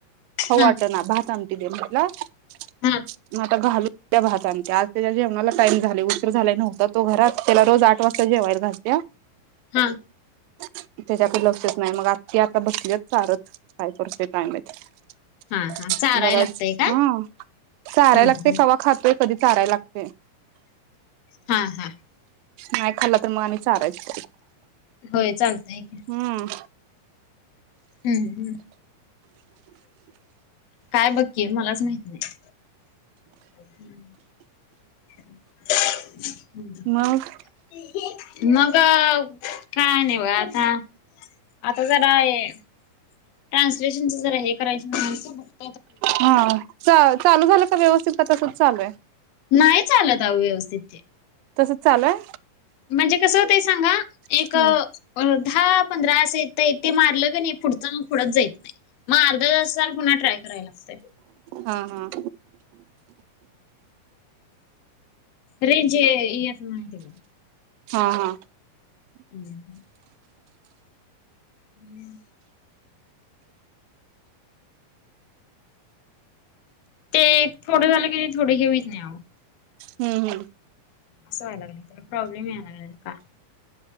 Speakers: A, on the right; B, on the left.
A: खाऊ
B: हा
A: वाटना भात आमटि दे म्हटल मग
B: हा
A: आता घालू द्या भात‌ आमटी आज तेज्या जेवणाला टाईम झालय उशीर झाला नव्हता तो घरात त्याला रोज आठ वाजता जेवायला घालत्या.
B: हा.
A: <unintelligible> त्याज्याकडे लक्षच नाही मग आत्या आता बसलीयात चारत काय करतोय काय माहित?
B: हा हा चाराय
A: बघाच
B: लागतय का
A: हम्म चाराय
B: हम्म
A: लागते
B: हम्म
A: तवा खातोय. कधी चाराय लागतय
B: हा हा.
A: नाही खाला तर मग आम्ही चारायच.
B: होय चालतय की.
A: हम्म.
B: हम्म काय बग कि मलाच माहित नाही. <unintelligible>
A: मग
B: मग.. अ काय नाही बगा आता. आता जरा हे ट्रान्सलेशनच जरा हे करायच म्हणालतो
A: हा चा चालू झालं का व्यवस्थित का तसच चालू आहे?
B: नाही चालत आहो व्यवस्थित ते
A: तसच चालूय?
B: म्हणजे कसं होतय सांगा
A: आहे
B: एक अ दहा पंधरा असं येतय ते मारलं क नाही पुढचं पुढच जाईत नाही मग अर्धा तासान पुन्हा ट्राय करायला लागतय.
A: हा हा.
B: रेंज येत नाही.
A: हा हा
B: हम्म <unintelligible> हम्म <inaudible> ते थोडं झालं की थोडे हे होईत नाही आव
A: हम्म हम्म.
B: असं व्हाय लागलय त्याला प्रॉ्लेम याय लागलाय का.